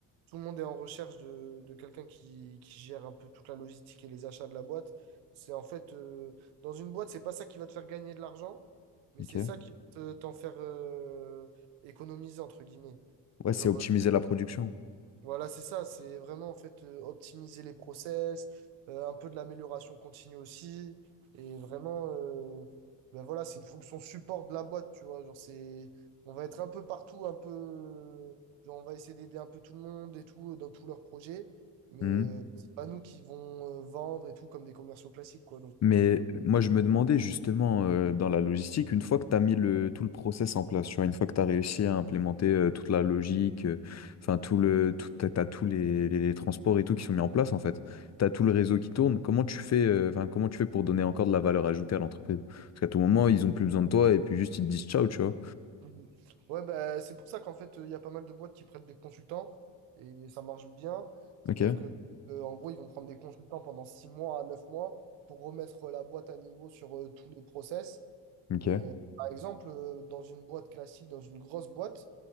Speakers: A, on the right; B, on the left.
A: tout le monde est en recherche de, de quelqu'un qui, qui gère un peu toute la logistique et les achats de la boîte. C'est en fait, euh, dans une boîte, c'est pas ça qui va te faire gagner de l'argent, mais
B: ok.
A: c'est ça qui va te- t'en faire euh, économiser, entre guillemets.
B: Ouais, c'est
A: Genre,
B: optimiser la production.
A: voilà, c'est ça, c'est vraiment en fait euh, optimiser les process, euh, un peu de l'amélioration continue aussi, et vraiment, euh, ben voilà, c'est une fonction support de la boîte, tu vois, genre c'est, on va être un peu partout, un peu, euh, genre on va essayer d'aider un peu tout le monde et tout euh, dans tous leurs projets, mais
B: Mmh.
A: euh, c'est pas nous qui vont euh, vendre et tout comme des commerciaux classiques, quoi, donc
B: Mais
A: euh, voilà.
B: moi, je me demandais justement euh, dans la logistique, une fois que tu as mis le, tout le process en place, tu vois, une fois que tu as réussi à implémenter euh, toute la logique, euh, enfin, tout le, tout, t'as, t'as tous les, les- les transports et tout qui sont mis en place, en fait, tu as tout le réseau qui tourne, comment tu fais, euh, enfin, comment tu fais pour donner encore de la valeur ajoutée à l'entreprise? Parce qu'à tout moment, ils ont plus besoin de toi et puis juste ils te disent ciao, tu vois.
A: Mhm. Ouais, bah, c'est pour ça qu'en fait, il y a pas mal de boîtes qui prêtent des consultants et ça marche bien. C'est-à-dire
B: Ok,
A: que, euh, en gros, ils vont prendre des consultants pendant 6 mois à 9 mois pour remettre la boîte à niveau sur euh, tous les process.
B: ok,
A: Mais euh, par exemple, euh, dans une boîte classique, dans une grosse boîte,